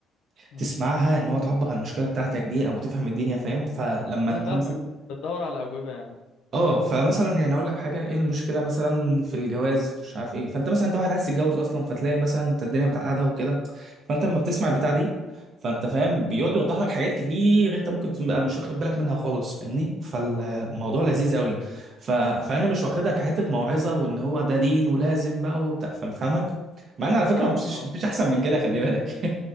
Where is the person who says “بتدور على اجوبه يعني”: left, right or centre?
Left